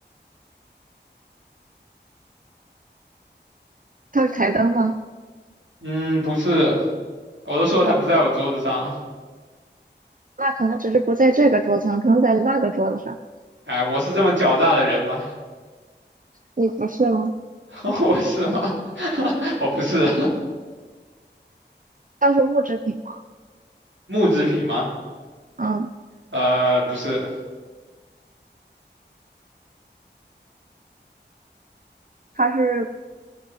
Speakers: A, on the right; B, on the right.
A: 它是台灯吗？
B: 嗯，不是，我都说它不在我桌子上。
A: 那可能只是不在这个桌子上，可能在那个桌子上。
B: 哎，我是这么狡诈的人吗？
A: 你不是吗？
B: <laughs> 我是吗？<laughs> 我不是。
A: 算是木质品吗？
B: <laughs> 木制品吗？
A: 嗯，
B: 呃，不是，
A: 它是